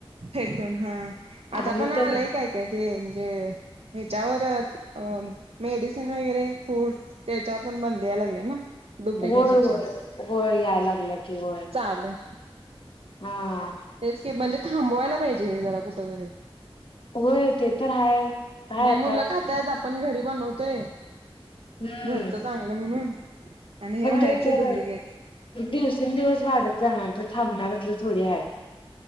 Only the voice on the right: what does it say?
फेटून हा. आता
पण आलंय
काय-काय ते म्हणजे ह्याच्यावर - अ मेडिसिन वगैरे फूड ते च्यावर पण बंदी याय लागल्या ना. डुप्लिकेट
ह्याच्यावर
चालू आहे
तेच म्हणजे थांबवायला पाहिजे हे जरा कुठं तरी -
नाही
मुलं खातात. आपण घरी बनवतोय.
घरचं चांगलं म्हणून आणि
हे बाहेरचे
डुप्लिकेट -